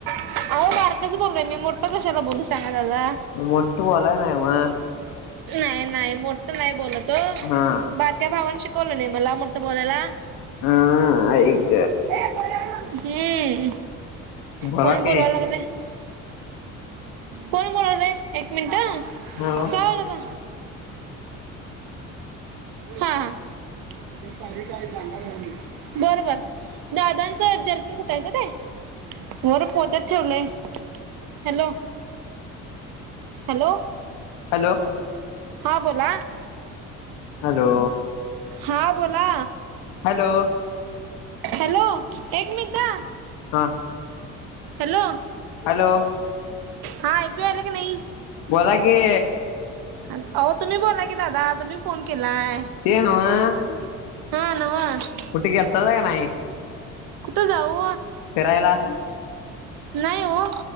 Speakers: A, on the right; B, on the left.
A: अहो बारकच बोललोय मी मोठं कशाला बोलू सांगा दादा.
B: मोठ आलाय नाही मग.
A: नाही.. नाही.. मोटु नाही बोलतो.
B: हा
A: बारक्या भावन शिकवल नाही मला मोठं बोलायला.
B: हा.. हा.. ऐक
A: ये.. पोरांनो, हे...
B: बोला
A: कोण
B: की
A: बोलवा लागलाय. कोण बोलवलं... एक मिनट..
B: हॅलो
A: का हो दादा हा.. हा... उद्या तारीख आहे जाणार आहे मी, बर.. बर दादांचं जर्किंग कुठे आहे ग ते? वर पोत्यात ठेवलंय.. हॅलो! हॅलो!
B: हॅलो!
A: हा.. बोला
B: हॅलो!
A: हा.. बोला
B: हॅलो!
A: हॅलो!.. एक मिनटा
B: हा
A: हॅलो!
B: हॅलो!
A: हा.. ऐकू याल की नई.
B: बोला... की
A: अहो.. तुम्ही बोलाय की दादा, तुम्ही फोन केलाय.
B: ते नव्ह
A: हा.. नव्ह
B: कुठ गेलता ह् नाही?
A: कुठे जाऊ?
B: फिरायला
A: नाही ओ..